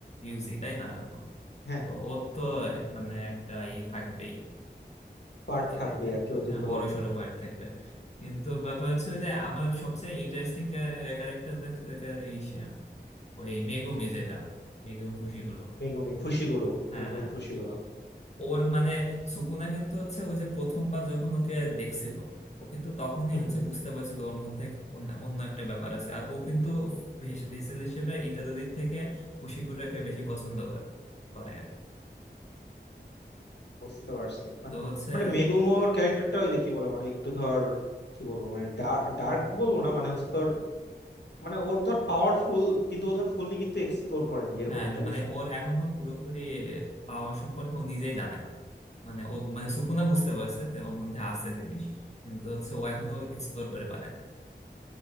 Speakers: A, on the left (about 40°); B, on the left (about 75°).
A: ইউজি তাই না এখন
B: হ্যাঁ,
A: তো ওর তো মানে একটা ই থাকবেই
B: পার্ট
A: ক্যারেক্টার
B: থাকবে আর কি ওই যে
A: হ্যাঁ
B: তোর
A: বড় সড়ো পার্ট থাকবে কিন্তু ব্যাপার হচ্ছে ওই যে আমার সবচেয়ে ইন্টারেস্টিং ক্যারেক্টার এই সে, ওই মেগুমি যেটা মেগুমি ফুশিগুরো
B: মেগুমি ফুশিগুরো
A: হ্যাঁ
B: Megumi
A: হ্যাঁ
B: Fushiguro
A: ওর মানে সুকুনা কিন্তু হচ্ছে ওই যে প্রথমবার যখন ওকে দেখছিল ও কিন্তু তখনই
B: হুম
A: হচ্ছে
B: হুম,
A: বুঝতে পারছিল ওর মধ্যে অন্য অন্য একটা ব্যাপার আছে আর ও কিন্তু ভেস- ভেসেল হিসেবে ইত্যাদি দিক থেকে ফুশিগুরাকে বেশি পছন্দ করে করে আর কি
B: বুঝতে পারছি মানে
A: তো হচ্ছে
B: মানে মেগুমোর ক্যারেক্টারটা ওই যে কি বলে মানে একটু ধর কি বলবো মানে ডার্ক বলবো না মানে হচ্ছে তোর মানে ওর ধর পাওয়ারফুল কিন্তু ও ধর ফুললি কিন্তু এক্সপ্লোর করেনি এরকম
A: হ্যাঁ
B: একটা
A: মানে
B: বিষয়
A: ওর এখনো পুরোপুরি পাওয়ার সম্পর্কে ও নিজেই জানে না। মানে ও মানে
B: হুম
A: সুকুনা বুঝতে পারছে যে ওর মধ্যে আছে জিনিস কিন্তু হচ্ছে ও এখনো এক্সপ্লোর করে পারে নাই